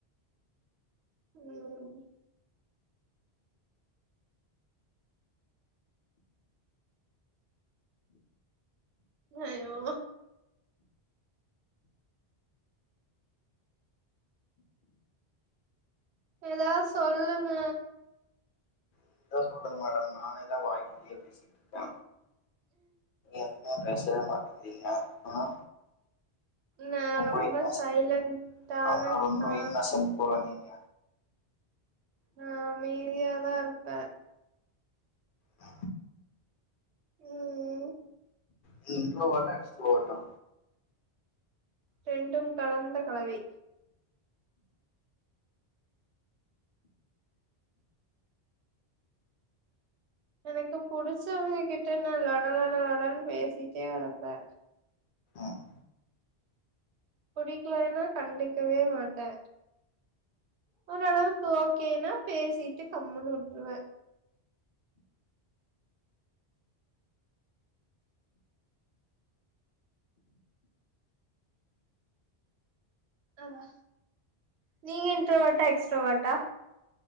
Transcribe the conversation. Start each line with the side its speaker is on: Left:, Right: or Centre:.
Right: ம் ஹயோ ஏதா சொல்லுங்க
Left: நீங்கதா சொல்லுங்க மேடம் நானேதா வாய்கிலிய பேசிட்ருக்கே எதுமே பேசவே மாட்டிங்கிறீங்க ஆ
Right: நா
Left: ரொம்ப இன்னசன்ட்
Right: சைலன்டான
Left: அத்தா ரொம்ப
Right: ஆ
Left: இன்னசன்ட் போல நீங்க
Right: நா அமைதியாதாருப்பே
Left: ஆ
Right: ம் ம்
Left: நீ இன்ரோ வோட்டா எக்ஸ்ட்ரோ வோட்டா
Right: ரெண்டும் கலந்த கலவை எனக்கு புடிச்சவ்ங்ககிட்ட நா லொடலொடலொடன் பேசிட்டே கெடப்பே.
Left: ம்
Right: புடிக்லேனா கண்டுக்கவே மாட்டே. ஓரளவுக் ஓக்கேனா பேசிட்டு கம்முன்னு உட்ருவ. அவா நீங்க இன்ட்ராவோட்டா, எக்ஸ்ட்ரோவோட்டா?